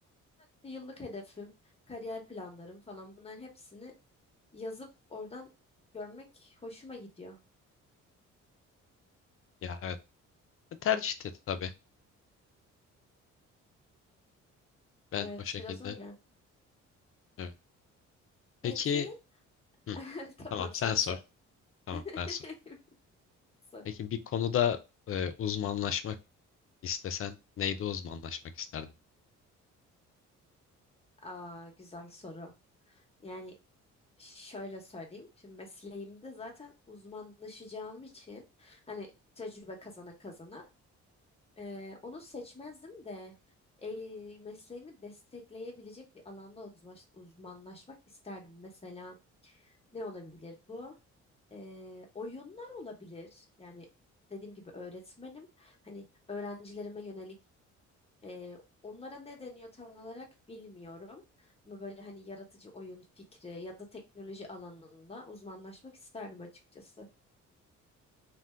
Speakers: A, on the left; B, on the left.
A: Evet, İşte Yıllık hedefim, kariyer planlarım falan bunların hepsini yazıp oradan görmek hoşuma gidiyor.
B: Ya evet. E, Tercihti tabii. Ben
A: Evet
B: o şekilde
A: biraz öyle.
B: evet.
A: Peki.
B: Peki, hı,
A: <laughs> Tamam
B: tamam
A: sen
B: sen sor.
A: sor.
B: Tamam
A: <laughs>
B: ben sorayım.
A: Sor.
B: Peki bir konuda e, uzmanlaşmak istesen neyde uzmanlaşmak isterdin?
A: Aa güzel soru. Yani Şöyle söyleyeyim. Şimdi mesleğimde zaten uzmanlaşacağım için hani tecrübe kazana kazana e, onu seçmezdim de e, mesleğimi destekleyebilecek bir alanda uzmaş- uzmanlaşmak isterdim. Mesela ne olabilir bu? E, oyunlar olabilir. Yani dediğim gibi öğretmenim. Hani öğrencilerime yönelik ee, onlara ne deniyor tam olarak bilmiyorum. Ama böyle hani yaratıcı oyun fikri ya da teknoloji alanında uzmanlaşmak isterdim açıkçası.